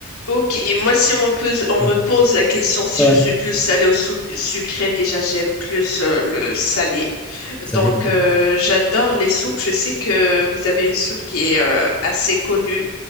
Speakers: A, on the left; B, in the centre.
A: Ok, moi si on me pose, on
B: Ouais.
A: me pose la question si
B: Ouais, ouais.
A: je suis plus salée ou sou- sucrée, déjà j'aime plus euh, le salé.
B: Salé,
A: Donc
B: ouais.
A: euh, j'adore les soupes. Je sais que vous avez une soupe qui est euh, assez connue,